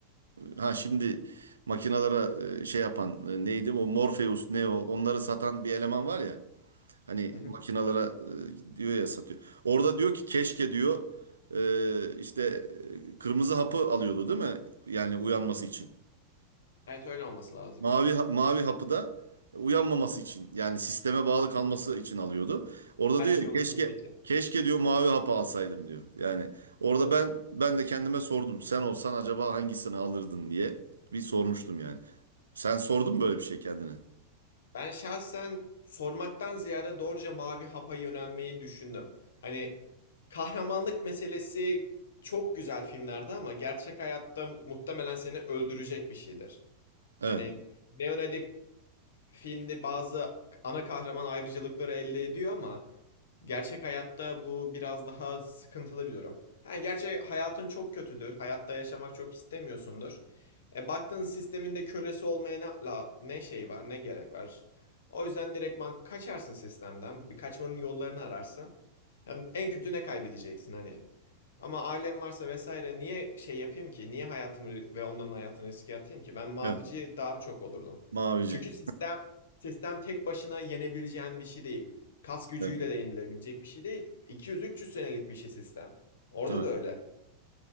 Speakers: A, on the right; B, on the left.
A: e, ha şimdi makinalara e, şey yapan e, neydi o Morpheus, Neo onları satan bir eleman var ya. Hani
B: Hı hı.
A: makinalara e, diyor ya satıyor. Orada diyor ki keşke diyor e, işte e, kırmızı hapı alıyordu değil mi? Yani uyanması için.
B: Evet öyle olması lazım.
A: Mavi mavi hapı da uyanmaması için yani sisteme bağlı kalması için alıyordu. Orada
B: Her
A: diyor
B: şeyi
A: ya,
B: unutması
A: keşke
B: için.
A: keşke diyor mavi hapı alsaydım diyor. Yani orada ben ben de kendime sordum. Sen olsan acaba hangisini alırdın diye bir sormuştum yani. Sen sordun mu böyle bir şey kendine?
B: Ben şahsen sormaktan ziyade doğruca mavi hapa yönelmeyi düşündüm. Hani kahramanlık meselesi çok güzel filmlerde ama gerçek hayatta muhtemelen seni öldürecek bir şeydir.
A: Evet.
B: Yani Leonardo filmde bazı ana kahraman ayrıcalıkları elde ediyor ama gerçek hayatta bu biraz daha sıkıntılı bir durum. Ha, gerçi hayatın çok kötüdür. Hayatta yaşamak çok istemiyorsundur. E, baktığın sisteminde kölesi olmaya ne, la- ne şey var, ne gerek var. O yüzden direktman kaçarsın sistemden. Bir kaçmanın yollarını ararsın. Hem en kötü ne kaybedeceksin hani. Ama ailem varsa vesaire niye şey yapayım ki? Niye hayatımı ve onların hayatını riske atayım ki? Ben mavici
A: Evet.
B: daha çok olurdum.
A: Mavici.
B: Çünkü sistem sistem tek başına yenebileceğin bir şey değil. Kas gücüyle
A: Evet.
B: de yenilebilecek bir şey değil. 200-300 senelik bir şey sistem. Orada
A: Tabii.
B: da öyle.